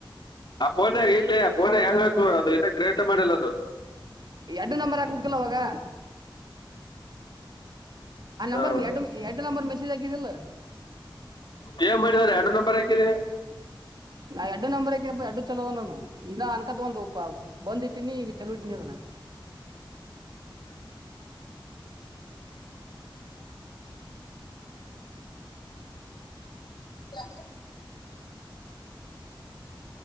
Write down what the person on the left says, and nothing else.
ಆ ಫೋನ ಇಲ್ಲಿ ಫೋನ ಹೆಂಗ ಅದು ಇ ಕ್ರೇಟ ಮಾಡಿಲ್ಲ ಅದು
ಹಾ
ಏನ್ ಮಾಡಿದಿದ್ದಾರೆ ಎರಡು ನಂಬರ್ ಹಾಕಿರಿ
ಯ